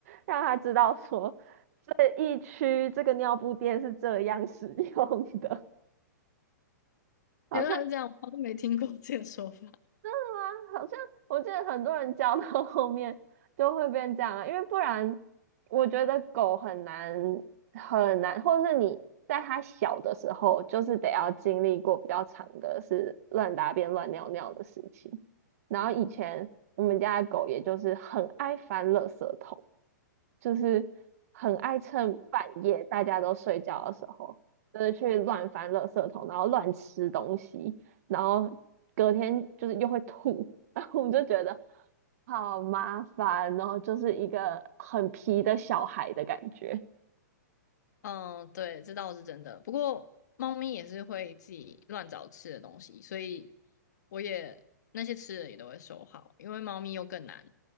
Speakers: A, on the right (about 50°); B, on the left (about 65°).
A: 让他知道说这一区这个尿布垫是这样使用的，<laughs> 好像
B: 原来是这样，我都没听过这个说法。
A: 真的吗？<laughs> 好像我记得很多人教到 <laughs> 后面就会变这样啊，因为不然我觉得狗很难很难，或者是你在它小的时候，就是得要经历过比较长的是乱大便乱尿尿的时期。然后以前我们家的狗也就是很爱翻垃圾桶，就是很爱趁半夜大家都睡觉的时候，就是去乱翻垃圾桶，然后乱吃东西，然后隔天就是又会吐，<laughs> 然后我们就觉得好麻烦哦，然后就是一个很皮的小孩的感觉。
B: 嗯，对，这倒是真的。不过猫咪也是会自己乱找吃的东西，所以我也那些吃的也都会收好，因为猫咪又更难，